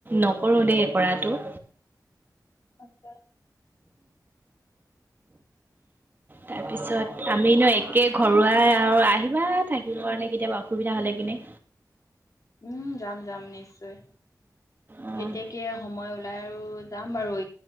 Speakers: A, on the right; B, on the left.
A: নকৰোঁ দেই কৰাটো।
B: আটচ্ছা।
A: তাৰপিছত আমিনো একে ঘৰুৱাই আৰু আহিবা থাকিবৰ কাৰণে কেতিয়াবা অসুবিধা হ'লে কেনে।
B: উম যাম যাম নিশ্চয়
A: অ',
B: কেতিয়াকে সময় ওলাই আৰু যাম বাৰু